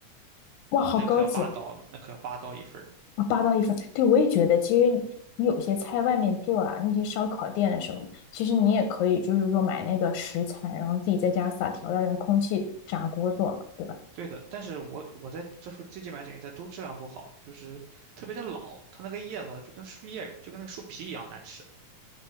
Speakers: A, on the left; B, on the right.
A: 哇，好高级！
B: 那可要八刀呢，那可要八刀一份儿呢。
A: 啊，霸道一方，对，我也觉得，其实你有些菜外面做啊，那些烧烤店啊什么，其实你也可以，就是说买那个食材，然后自己在家撒调料，用空气炸锅做嘛，对吧？
B: 对的，但是我我在这附最近买卷心菜都质量不好，就是特别的老，它那个叶子就跟树叶就跟那个树皮一样难吃，